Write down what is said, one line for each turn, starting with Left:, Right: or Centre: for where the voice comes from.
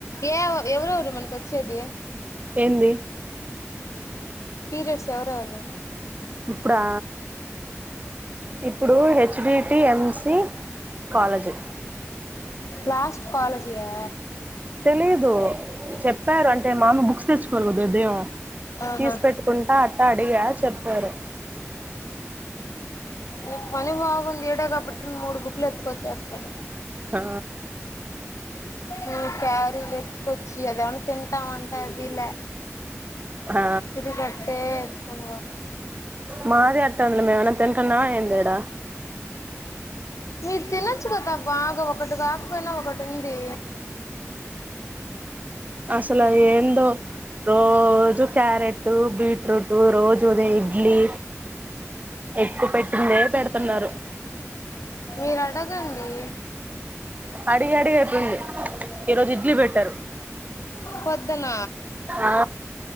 Left: ఏ ఎవరెవరు మనకి వచ్చేది
Right: ఏంది
Left: పీరియడ్స్ ఎవరెవరు
Right: ఇప్పుడా ఇప్పుడు హెచ్డిటి ఎంసి కాలేజ్
Left: లాస్ట్ కాలజీయా
Right: తెలీదు చెప్పారు అంటే మామ బుక్స్ తెచ్చుకు లే కదా ఉదయం
Left: ఆహా
Right: తీసి పెట్టుకుంటా అట్టా అడిగా చెప్పారు
Left: నీ పని బాగుంది ఈడే కాబట్టి నువ్వు మూడు బుక్లు ఎత్తుకొచ్చేస్తాను
Right: ఆ
Left: నువ్ క్యారీ వెతుకొచ్చి అదవేమన్న తింటామంటె అదిలే
Right: ఆ
Left: తిరిగట్టే త
Right: మాది అట్ట అందల మేమనా తింటనమా ఏంది ఈడ
Left: మీరు తినొచ్చు కదా బాగా ఒకటి కాకపోయినా ఒకటి ఉంది
Right: అసలు ఏందో రోజు క్యారెట్ బీట్రూట్ రోజు ఉదే ఇడ్లీ ఎక్కువ పెట్టిందే పెడుతున్నారు
Left: మీరు అడగండి
Right: అడిగి అడిగి అయిపోయింది ఈరోజు ఇడ్లీ పెట్టారు
Left: పొద్దున
Right: ఆ